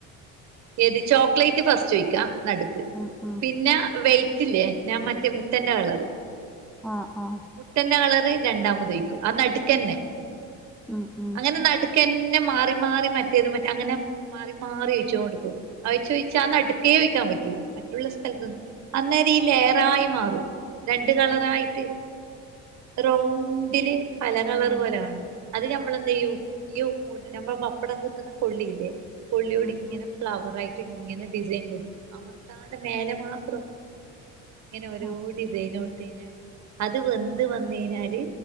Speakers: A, on the right; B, in the centre.
A: ഏത് ചോക്ലേറ്റ് ഫസ്റ്റ് ഒയ്ക്കാ നടുക്ക്
B: ഉം ഉം
A: പിന്നെ വൈറ്റ് ഇത്തില്ലേ ഞാൻ മറ്റേ മുട്ടന്റെ കളറ്-
B: ആഹ് ആഹ്
A: മുട്ടന്റെ കളറ് രണ്ടാമതൊഴിക്കും ആഹ് നടുക്കന്നെ
B: ഉം ഉം
A: അങ്ങനെ നടു ക്കന്നെ മാറി മാറി മറ്റേത് മറ്റ അങ്ങനെ മാറി മാറി ഒഴിച്ചോണ്ട്ക്കും ആഹ് ചോദിച്ചാ അന്ന് നട്ക്കേ വെക്കാ പറ്റൂ മറ്റുള്ള സ്ഥലത്ത്ന്ന് അന്നേരം ഈ ലയറായി മാറും രണ്ട് കളറായിട്ട് റൗണ്ടില് പല കളറ്
B: ഉം
A: പോലെ കാണും- അത് നമ്മളെന്തയ്യും ഈയു നമ്മ പപ്പടം കുത്തുന്ന കൊള്ളി ഇല്ലേ കൊള്ളിയോട്
B: ഉം
A: ഇങ്ങനെ
B: ഉം
A: ഫ്ലവർ ആയിട്ട് ഇങ്ങനെ ഡിസൈൻ കൊടുക്കും അമർത്താണ്ടെ മേലെ മാത്രം- ഇങ്ങനെഓരോ
B: ആഹ്
A: ഡിസൈൻ കൊടുത്തയ് ഞ്ഞാല്- അത് വെന്ത് വന്ന്‌ കഴിഞ്ഞാല്